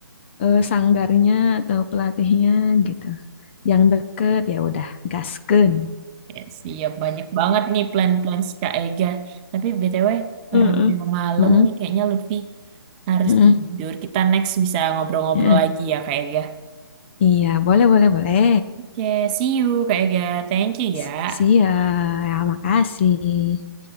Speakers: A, on the left; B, on the right.
A: eh, sanggarnya atau pelatihnya gitu, yang deket ya udah gaskeun.
B: Ya, siap, banyak banget nih plan-plan Kak Ega. Tapi BTW, karena
A: Heeh.
B: udah malam
A: Mm-mm,
B: nih, kayaknya Lutfi harus
A: mm-mm,
B: tidur. Kita next bisa ngobrol-ngobrol
A: mm-mm.
B: lagi ya, Kak Ega.
A: Iya, boleh, boleh, boleh.
B: Oke, see you Kak Ega. Thank you ya.
A: Si- Siap, ya, makasih.